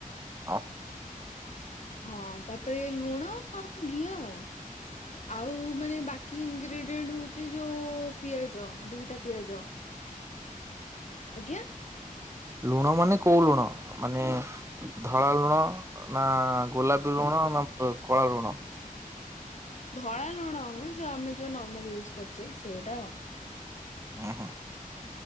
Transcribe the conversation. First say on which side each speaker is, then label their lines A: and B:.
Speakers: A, on the right; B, on the left.
A: ଓ ହୋ।
B: ହଁ ତାପରେ ଲୁଣ ଆଉ ଘିଅ ଆଉ ଆଉ ମାନେ ବାକ କି ଇନଗ୍ରିଡିଏଣ୍ଟ ହଉଛି ଯୋଉ ପିଆଜ ଦିଟା ପିଆଜ। ଆଜ୍ଞା।
A: ଲୁଣ ମାନେ କୋଉ ଲୁଣ ମାନେ ଧଳା ଲୁଣ ନା ଗୋଲାପୀ ଲୁଣ? ନା ପ କଳା ଲୁଣ।
B: ଧଳା ଲୁଣ ମ ଯୋଉ ଆମେ ଯୋଉ ନର୍ମାଲ ୟୁଜ କରୁଛେ ସେଇଟା ଆଉ।
A: ଉଁ ହୁଁ।